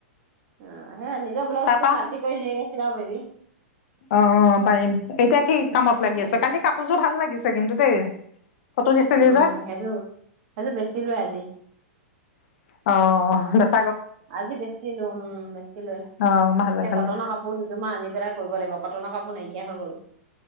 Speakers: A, on the right (about 55°); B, on the left (about 60°).
A: অ। সেই নিজৰ ব্লাউজটো
B: তাপা
A: কাটি কৰি ধুনীয়াকে চিলাব পাৰিবি
B: অ পাৰিম এতিয়া কি কামত লাগি
A: উম
B: আছে কালি কাপোৰযোৰ ভাল লাগিছে। কিন্তু দেই ফটো দিছিলি
A: উম
B: যে
A: সেইযো সেইযো বেচিলো আজি।
B: অ।
A: আজি বেছিলো উম বেছি লৈ
B: অঁ ভালে
A: এতিয়া
B: ভালে
A: কটনৰ কাপোৰ দুযোৰ আনি পেলাই কৰিব লাগিব। কটনৰ কাপোৰ নাইকিয়া হৈ গ'ল।